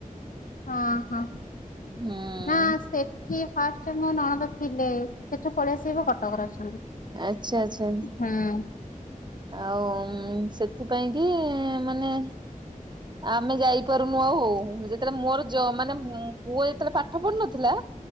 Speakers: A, on the left; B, on the right.
A: ହଁ ହଁ
B: ହୁଁ।
A: ନା ସେ କିଏ ଫାଷ୍ଟ ମୋ ନଣନ୍ଦ ଥିଲେ ସେଠୁ ପଳେଇ ଆସିବ କଟକରେ ଅଛନ୍ତି।
B: ଆଚ୍ଛା ଆଚ୍ଛା।
A: ହୁଁ
B: ଆଉ ଉମ ସେଥି ପାଇଁକି ମାନେ। ଆମେ ଯାଇପାରୁନୁ ଆଉ ହୁ ହୁଁ ଯେତେବେଳେ ମୋର ଜମ ମାନେ ପୁଅ ଯେତେବେଳେ ପାଠ ପଢୁନଥିଲା।